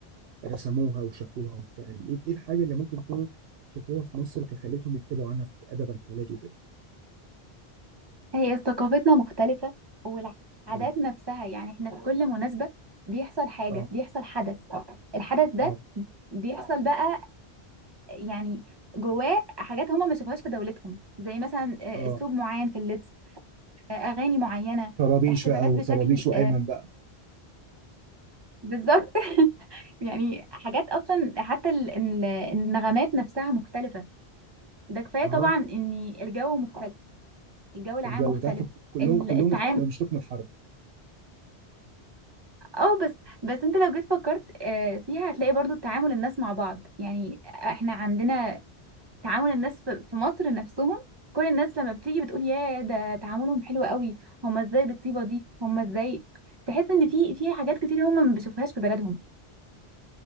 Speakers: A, on the right; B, on the right.
A: رسموها وشافوها وبتاع يعني ايه إيه الحاجه اللي ممكن يكونوا شافوها في مصر فخلتهم يكتبوا عنها في ادب الرحلات وكده
B: هي ثقافتنا مختلفة والعادات
A: اه
B: نفسها يعني احنا في كل مناسبة بيحصل حاجة
A: اه
B: بيحصل حدث الحدث ده
A: اه
B: بيحصل بقى يعني جواه حاجات هما ما شافوهاش في دولتهم زي مثلا آه،
A: اه
B: اسلوب معين في اللبس آه، اغاني معينة
A: طرابيش
B: احتفالات
A: بقى
B: بشكل
A: وطرابيش وأيمن
B: آه،
A: بقى
B: بالظبط <laughs> يعني حاجات اصلا حتى ال- ال- النغمات نفسها مختلفة ده كفاية
A: اه
B: طبعا ان الجو مختلف الجو العام
A: الجو
B: مختلف
A: ده كلهم
B: ال-
A: كلهم
B: التعامل
A: كانوا بيشتكوا من الحر
B: اه بس بس انت لو جيت فكرت آه، فيها هتلاقي برضو تعامل الناس مع بعض يعني احنا عندنا تعامل الناس في في مصر نفسهم كل الناس لما بتيجي بتقول يا ده تعاملهم حلو قوي هما ازاي بالطيبة دي هما ازاي تحس ان في في حاجات كتير هما ما بيشوفوهاش في بلدهم